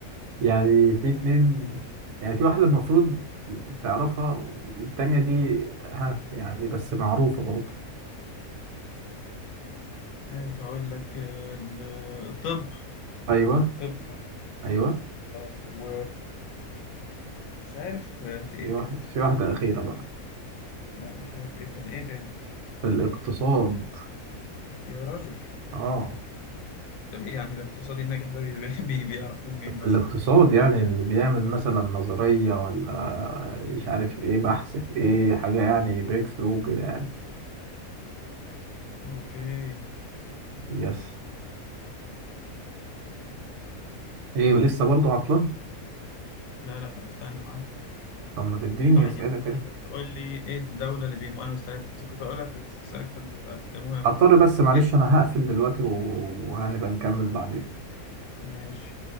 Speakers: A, on the right; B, on the left.
A: يعني في اتنين يعني في واحدة المفروض تعرفها والتانية دي ها يعني بس معروفة برضه
B: عارف اقول لك آه، ال- الطب
A: أيوه
B: الطب صح
A: أيوه
B: آه، و مش عارف آه، في ايه
A: في واحد
B: تاني
A: في واحدة أخيرة بقى
B: لا مش عارف ايه تاني ايه تاني
A: في الاقتصاد
B: يا راجل
A: اه
B: طب ايه يعني الاقتصادي الناجح ده بي... <laughs> بي... بيعرفوه منين مثلا
A: الاقتصاد يعني اللي بيعمل مثلا نظرية ولا مش عارف ايه بحث في ايه حاجة يعني بريك ثرو كده يعني
B: اوكي
A: يس ايه لسه برضو عطلان
B: لا لا استنى معاك
A: طب ما تديني
B: طيب
A: اسئلة كده
B: عايزك تقول لي ايه الدولة اللي بيمو انا مستني كنت أقول لك اسألك انت سألت المهم
A: هضطر بس معلش
B: إيه؟
A: انا هقفل دلوقتي وهنبقى نكمل بعدين
B: ماشي